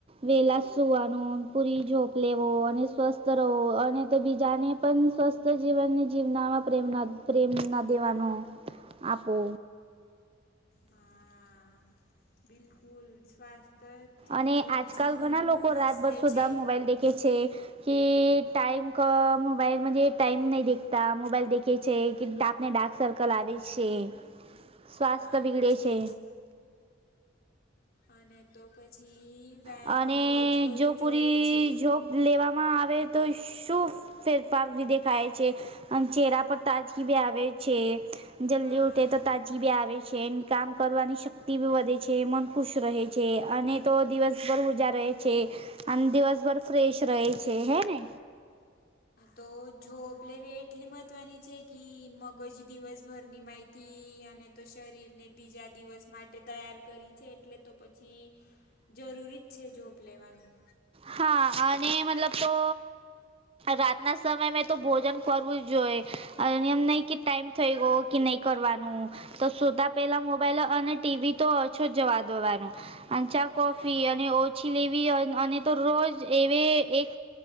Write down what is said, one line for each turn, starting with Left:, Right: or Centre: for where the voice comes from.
Right: વેલા સુવાનું પૂરી <unintelligible> લેવો અને સ્વસ્થ રહવો અને તો બીજાને પણ સ્વસ્થ જીવનની જીવનામાં પ્રેમના પ્રેમ ના દેવાનો આપો.
Left: હા બિલકુલ સ્વાસ્થ જ
Right: અને
Left: એ
Right: આજકાલ
Left: જીવનનું
Right: ઘણા લોકો
Left: રહસ્ય
Right: રાતભર સુધા
Left: છે
Right: મોબાઈલ દેખે છે. કે ટાઈમ ક મોબાઈલ મજ ટાઈમ નહી દેખતા મોબાઈલ દેખે છે કે આપને ડાક સર્કલ આવે છે
Left: હા
Right: સ્વાસ્થ્ય
Left: આ
Right: બિગડે
Left: તો
Right: છે.
Left: જ અને તો પછી વ્યાયામ
Right: અને
Left: બી રોજ કરવું
Right: જો પૂરી
Left: જોઈ છે.
Right: જોબ લેવામાં આવે તો શું ફેરફાર ભી દેખાય છે. અન ચહેરા પર તાજગી ભી આવે છે જલ્દી
Left: હા
Right: ઉઠે તો તા જી આવે છે કામ કરવાની શક્તિ બી વધે છે, મન ખુશ રહે છે અને તો દિવસ સૌર ઊર્જા રહે છે અને દિવસભર ફ્રેશ રહે છે હે ને?
Left: તો જોબ લેવી એટલી મહત્વની છે કી મગજ દિવસભરની માહિ થી અને તો શરીરને બીજા દિવસ માટે તૈયાર કરી છે એટલે તો પછી જરૂરી જ છે જોબ લેવાનું.
Right: હા અને મતલબ તો રાતના સમય મેં તો ભોજન કરવું જ જોઈએ અને એમ નહીં કે ટાઈમ થઈ ગયો કે નહીં કરવાનું. તો સુતા પેલા મોબાઈલ અને ટીવી તો ઓછો જવા દેવાનો. અને ચા,
Left: હા
Right: કોફી અને ઓછી લેવી અને તો રોજ એવે એક